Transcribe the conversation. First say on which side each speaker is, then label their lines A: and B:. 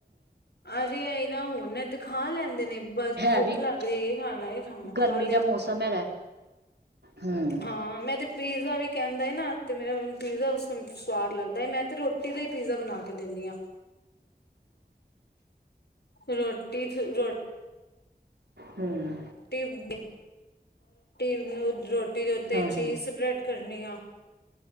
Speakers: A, on the left; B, on the right.
A: ਅਰੇ ਇਹ ਨਾ ਹੁਣ ਨਾ ਤੇ ਖਾ ਲੈਂਦੇ ਨੇ ਬਸ
B: ਹੈ
A: ਭੁੱਖ
B: ਵੀ
A: ਲੱਗਦੀ ਇਹ ਖਾਣਾ ਖਾਣਾ
B: ਗਰਮੀ
A: ਖਾ ਲਿਆ
B: ਦਾ ਮੌਸਮ ਹੈਗਾ ਹਮ
A: ਹਾਂ ਮੈਂ ਤੇ ਪੀਜ਼ਾ ਵੀ ਕਹਿੰਦਾ ਐ ਨਾ ਤੇ, ਮੇਰਾ ਪੀਜ਼ਾ ਸਵਾਦ ਲੱਗਦਾ ਹੈ, ਮੈਂ ਤੇ ਰੋਟੀ ਦਾ ਹੀ ਪੀਜ਼ਾ ਬਣਾ ਕੇ ਦਿੰਨੀ ਹਾਂ। ਰੋ ਟੀਫਨ ਰੋਟੀ,
B: ਹੂੰ,
A: ਰੋਟੀ ਔਰ, ਨੂੰ ਰੋਟੀ ਦੇ ਉੱਤੇ
B: ਹਮ ਹਮ
A: ਚੀਜ਼ ਸਪ੍ਰੈਡ, ਫਿਰਨੀ,